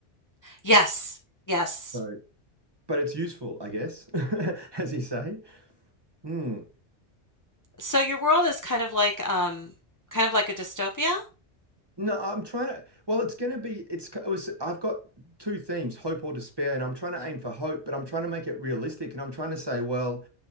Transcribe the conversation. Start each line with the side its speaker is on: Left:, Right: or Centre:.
Left: Yes. Yes.
Right: So, but it's useful, I guess, <laughs> as you say. Hmm.
Left: So your world is kind of like um kind of like a dystopia?
Right: No, I'm trying to. Well, it's going to be. It's. It was, I've got two themes: hope or despair, and I'm trying to aim for hope, but I'm trying to make it realistic, and I'm trying to say, well.